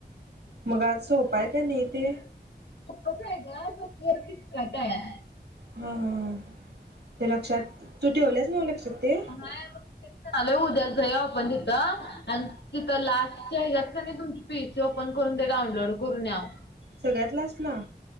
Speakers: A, on the right; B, on the left.
A: मग आज सोपा हाय क नी ते.
B: सोप्पचं आहे गं <unintelligible> करत्या.
A: हा हा ते लक्षात तू ठेवल्यास नाव लक्षात ते.
B: नाही <inaudible> उद्या जाऊ या आपण तिथं आणि तिथं लास्ट च्या हेज्यात क नी तुम्ही तुमची पी सी ओपन करून दे डाऊनलोड करून न्याव.
A: सगळ्यात लास्ट ला?